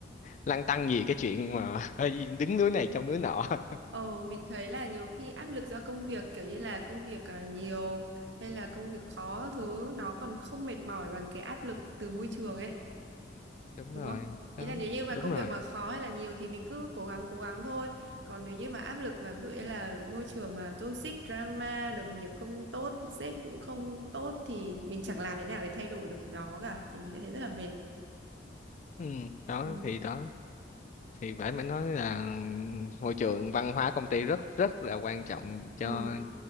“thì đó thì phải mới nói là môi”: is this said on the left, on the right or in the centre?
Left